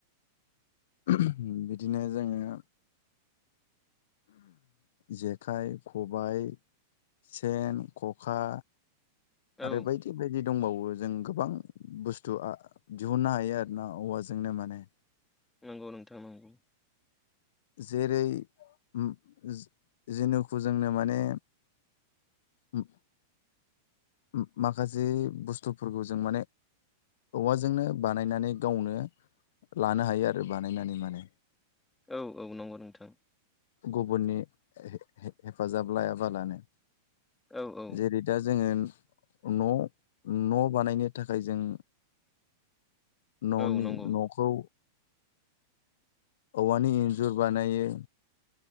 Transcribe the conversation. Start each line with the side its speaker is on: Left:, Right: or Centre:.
Left: ओह बिदिनो जोङो जेखाइ खबाय सेन ख'खा
Centre: औ
Left: आरो बायदि बायदि दंबावो जों गोबां बुस्थु आ दिहुननो हायो आरोोना औवाजोंनो माने
Centre: नोंगौ नोंथां नोंगौ
Left: जेरै उम जेनुखु जोंनो माने उम उम माखासे बुस्थुफोरखौ जों माने औवाजोंनो बानायनानै गावनो लानो हायो आरो बानायनानै माने
Centre: औ औ नंगौ नोंथां
Left: गुबुननि हे हेफाजाब लायाबालानो
Centre: औ औ
Left: जेरै दा जोङो न' न' बानायनो थाखाय जों न'नि
Centre: औ नंगौ
Left: न'खौ औवानि इन्जुर बानायो